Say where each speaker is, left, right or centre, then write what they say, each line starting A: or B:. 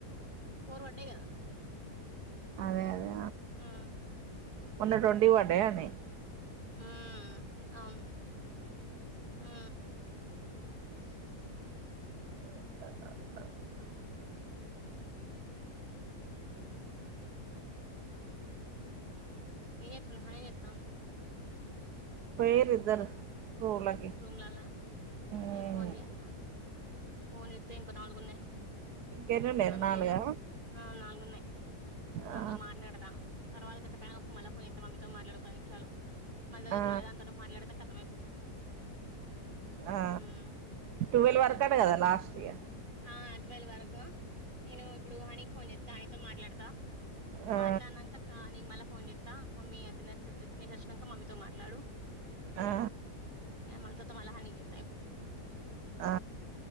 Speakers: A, on the right; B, on the right.
A: ఫోర్ పడ్డాయి కదా
B: అదే అదే
A: ఆ
B: మొన్న ట్వంటీకి పడ్డాయ అని
A: ఆ అవును ఆ <inaudible>
B: ఆ
A: ఏ చెత్తాన్నావ్ హనీ ఏ చెత్తంది
B: పోయిర్రు ఇద్దరు రూమ్లకి
A: రూమ్లల్లా
B: మ్మ్
A: అ ఫోన్ చేయాల దానికి పోన్ చెత్తే ఇంకా నాలుగు ఉన్నాయి
B: ఇంకెన్నున్నయి
A: కొతం
B: నాలుగా
A: చేయ్ ఆ నాలుగున్నాయి దాంతో
B: ఆ
A: మాట్లాడతా తర్వాత <unintelligible> మళ్ళా ఫోన్ చెత్త మమ్మీ తో మాట్లాడు పది నిమిషాలు మల్లా చే
B: ఆ
A: <unintelligible> మాట్లాడితే కతం అయిపోతది
B: ఆ
A: మ్మ్
B: టువల్ వరకు అంటా కదా లాస్ట్ ఇగ
A: ఆ టువల్ వరకు నేను ఇప్పుడు హనీకి ఫోన్ చెస్తా హనీతో మాట్లాడతా
B: ఆ ఆ
A: మాట్లాడినంక నీ మళ్ళ ఫోన్ చెత్త <unintelligible> తిన తినేసి వచ్చినంక మమ్మీతో మాట్లాడు
B: ఆ
A: <unintelligible> మళ్ళా హానికి చెత్త
B: ఆ